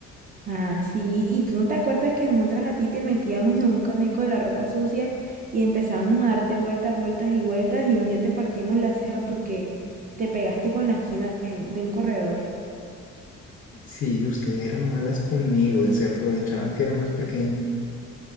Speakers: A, on the right (about 30°); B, on the left (about 45°).
A: Ah, sí, y tú no te acuerdas que nosotras a ti te metíamos en un caneco de la ropa sucia y empezábamos a darte vueltas, vueltas y vueltas y un día te partimos la ceja porque te pegaste con la esquina de, de un corredor.
B: Sí, ustedes eran malas conmigo, se aprovechaban que era más pequeño.